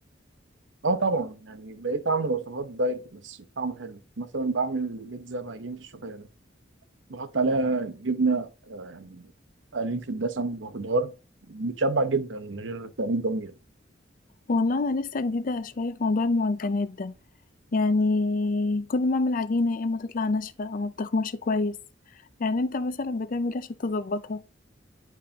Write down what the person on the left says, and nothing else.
والله انا لسه جديده شويه في موضوع المعجنات ده يعني كل ما اعمل عجينه يا اما تطلع ناشفه او ما بتخمرش كويس يعني انت مثلا بتعمل ايه عشان تظبطها